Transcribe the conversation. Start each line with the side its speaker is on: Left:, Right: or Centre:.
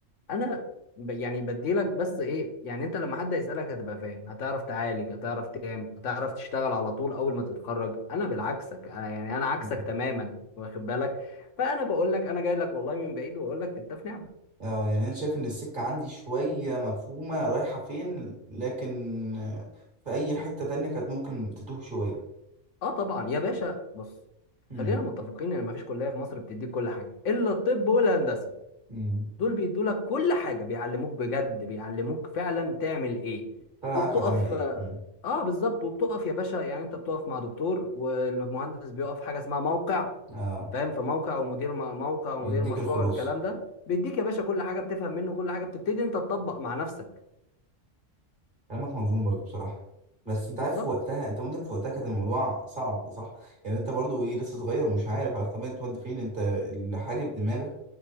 Left: انا ب- يعني بديلك بس ايه يعني انت لما حد يسالك هتبقى فاهم هتعرف تعالج هتعرف تعمل هتعرف تشتغل على طول اول ما تتخرج انا بالعكسك انا يعني انا عكسك
Right: مم.
Left: تماما واخد بالك فانا بقول لك انا جاي لك والله من بعيد واقول لك انت في نعمه
Right: اه يعني انا شايف ان السكه عندي شويه مفهومه رايحه فين لكن آه، في اي حته تانية كانت ممكن تتوه شويه
Left: اه طبعا يا باشا بص
Right: امم
Left: خلينا متفقين ان مفيش كليه في مصر بتديك كل حاجه الا الطب والهندسه
Right: امم
Left: دول بيدوا لك كل حاجه بيعلموك بجد بيعلموك فعلا تعمل ايه
Right: فانا
Left: وبتقف
Right: عارف هتعمل ايه امم
Left: اه بالظبط وبتقف يا باشا يعني انت بتقف مع دكتور والمهندس بيقف حاجه اسمها موقع
Right: اه
Left: فاهم في موقع ومدير م- موقع ومدير
Right: يديك
Left: مشروع
Right: الخلاصه
Left: والكلام ده بيديك يا باشا كل حاجه بتفهم منه كل حاجه بتبتدي انت تطبق مع نفسك
Right: كلامك منظوم برضو بصراحة بس انت
Left: بالظبط
Right: عارف في وقتها انت مدرك في وقتها كان الموضوع صعب صح يعني انت برضو ايه لسه صغير ومش عارف على طبيعة انت وانت فين انت اللي حاجب دماغك